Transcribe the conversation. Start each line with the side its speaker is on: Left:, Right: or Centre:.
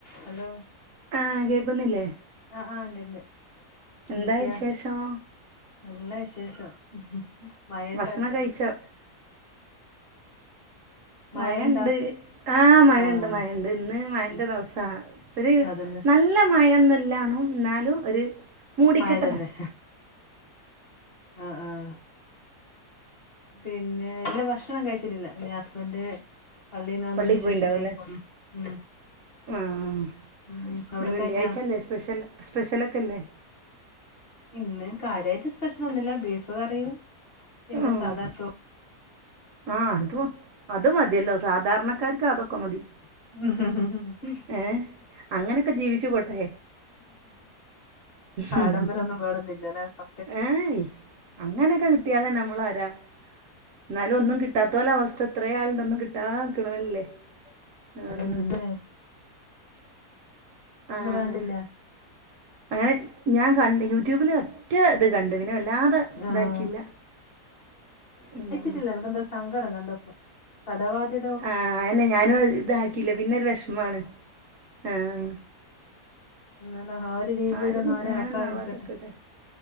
Left: Hello
Right: ആഹ് കേക്കുന്നില്ലേ
Left: ആഹ് ആഹ് ഇണ്ട് ഇണ്ട് എന്തൊക്കെയാ
Right: എന്താ വിശേഷം
Left: നല്ല വിശേഷം മഴണ്ട
Right: ഭക്ഷണം
Left: അവിടെ
Right: കഴിച്ചൊ
Left: മഴണ്ടാ
Right: മഴയുണ്ട് ആ മഴയുണ്ട്
Left: ആഹ്
Right: മഴുണ്ട് ഇന്ന് മഴന്റെ
Left: ഉം
Right: ദിവസാണ് ഒരു
Left: അതന്നെ
Right: നല്ല മയന്നല്ലാണോ എന്നാലും ഒരു മൂടിക്കെട്ടല
Left: മഴ തന്നെ ആഹ് ആഹ് പിന്നെ ഇല്ല ഭക്ഷണം കഴിച്ചിട്ടില്ല അല്ല ഹസ്ബന്ഡ് പള്ളിയിൽ നിന്ന് വന്നതിന്
Right: പള്ളി പോയിണ്ടാവുല്ലേ
Left: ശേഷം മല്ലായിക്കോള്ളൂ ഉം
Right: ആഹ്
Left: ഉം
Right: ഇന്ന്
Left: അവിടെ
Right: വെള്ളിയാഴ്ചല്ലേ
Left: കഴിഞ്ഞാ
Right: സ്പെഷ്യൽ സ്പെഷ്യലൊക്കെ ഇല്ലേ
Left: ഇന്ന് കാര്യമായിട്ട് സ്പെഷ്യൽ ഒന്നുല്ല ബീഫ് കറിയും പിന്നെ
Right: ആഹ്
Left: സാധാ ചോ
Right: ആഹ് അത് മ അത് മതിയല്ലോ സാധാരണക്കാർക്ക് അതൊക്കെ മതി
Left: <unintelligible>
Right: ഏഹ് അങ്ങനൊക്കെ ജീവിച്ചു പോട്ടെ ഉം
Left: ആഡംബരോന്നും വേണന്നില്ലല്ലേ ഇപ്പ
Right: ഏയ് അങ്ങനെയൊക്കെ കിട്ടിയാല് നമ്മള് ആരാ എന്നാലും ഒന്നും കിട്ടാ ഇത്തല അവസ്ഥ ഇത്ര ആളുണ്ട് ഒന്ന് കിട്ടാക്കണല്ലേ ആഹ്
Left: അതന്നെല്ലേ
Right: ആഹ്
Left: നിങ്ങളെ വണ്ടില്ല
Right: അങ്ങനെ ഞാൻ കണ്ട് യൂട്യൂബില് മറ്റ ഇത് കണ്ട് പിന്നെ വല്ലാതെ ഇതാക്കില്ല
Left: ആഹ്
Right: ഉം
Left: എനിക്ക് എന്താ സങ്കടം കണ്ടപ്പോ കടവാദ്യ
Right: ആഹ് അന്നെ ഞാനും ഇതാക്കിയില്ല പിന്നെ ഒരു വിഷമമാണ് ആഹ്
Left: എന്നാല ആ ഒരു രീതിയിലൊന്നും
Right: ആരും
Left: ആരെ
Right: അങ്ങനൊന്നും
Left: ആക്കാതിരിക്കട്ടെ
Right: ആവാതെക്കട്ടെ